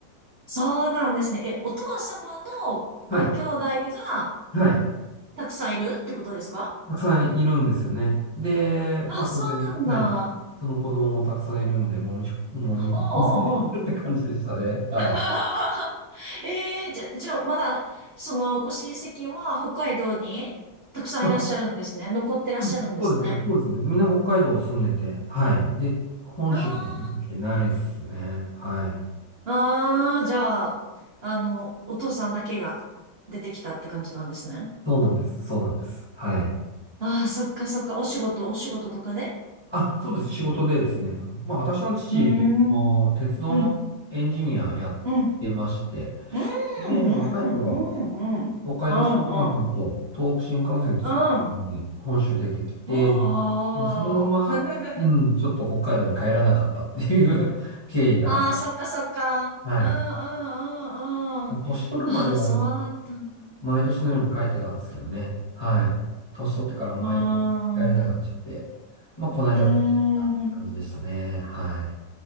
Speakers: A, on the right; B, on the left.
A: そうなんですね。え、お父様のご兄弟が
B: はい。はい。
A: たくさんいるってことですか
B: たくさんいるんですよね。で、
A: あ、
B: まあ当然、
A: そうなんだ。
B: はい。その子供もたくさんいるんで、もみ、もみ、
A: おうおうおう
B: <laughs> されてる <laughs> って感じでしたね。はい。
A: <laughs> ええじゃ、じゃあ、まだ、その、ご親戚は北海道にたくさんいらっしゃるんですね。
B: あ、
A: 残ってらっしゃるんですね。
B: そうそうですね。そうですね。みんな北海道住んでて、はい。で、本州には出てきてないですね。
A: あ
B: はい。
A: あ、ああ、じゃあ、あの、お父さんだけが出てきたって感じなんですね。
B: そうなんです。そうなんです。はい。
A: ああ、そっかそっか。お仕事、お仕事とかね
B: あ、そうです。仕事でですね。まあ私の父、
A: うーん、
B: もう鉄道のエンジニアやってまして、
A: うん、うん、うん、うん、
B: で、
A: うん、
B: 若い頃、
A: うん、うん、
B: 東海道新幹線と東北新幹線作るのに本州出てきて、
A: うん、うん。おー。
B: まあそのまま、うん、
A: <laughs>
B: ちょっと北海道に帰らなかったっていう <laughs> 経緯があって、
A: ああ、そっかそっか。うんうんうんうん。
B: はい。年取るまでは
A: ああ、そうだったんだ。
B: 毎年のように帰ってたんですけどね。
A: お
B: はい。年取ってから毎
A: う。ーん。
B: 帰れなくなっちゃって、
A: う
B: まあ、この間帰ったって感じでしたね。
A: ーん。う
B: はい。